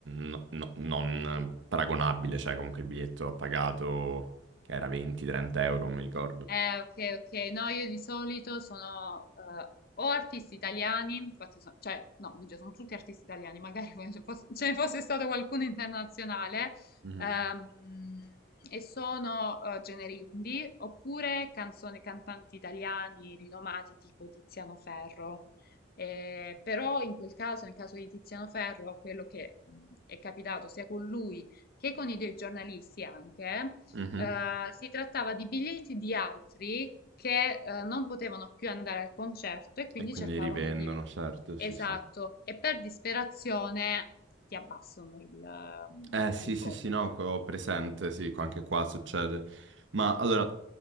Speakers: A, on the right; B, on the left.
A: no- no- non paragonabile, cioè comunque il biglietto l'ho pagato, che era 20-30 euro, non mi ricordo.
B: Eh, ok, ok. No, io di solito sono eh, o artisti italiani, infatti so- cioè, no, bugia, sono tutti artisti italiani, magari <laughs> poi ce fosse- ce ne fosse stato qualcuno internazionale,
A: Mhm.
B: ehm, e sono eh, generi indie, oppure canzoni, cantanti italiani rinomati tipo Tiziano Ferro. Eh, però in quel caso, nel caso di Tiziano Ferro, quello che mh, è capitato sia con lui che con i dei giornalisti anche,
A: Mhm.
B: eh, si trattava di biglietti di altri che eh, non potevano più andare al concerto e quindi
A: E quindi
B: cercavano
A: rivendono,
B: di venire.
A: certo,
B: Esatto,
A: sì, sì.
B: e per disperazione ti abbassano il, ehm,
A: Eh sì,
B: il
A: sì,
B: costo
A: sì, no, co- ho presente, sì, qua- anche qua succede. Ma allora,